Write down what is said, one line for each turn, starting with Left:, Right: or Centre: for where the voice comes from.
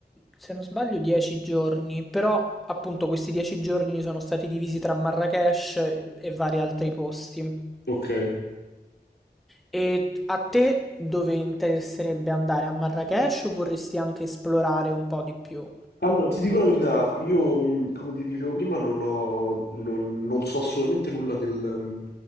Centre: se non sbaglio, 10 giorni, però appunto questi 10 giorni sono stati divisi tra Marrakech e e vari altri posti.
Left: Ok.
Centre: E a te dove interesserebbe andare? A Marrakech o vorresti anche esplorare un po' di più?
Left: Allora, ti dico la verità, io, mh, come ti dicevo prima, non ho, non, non so assolutamente nulla del, mhmm,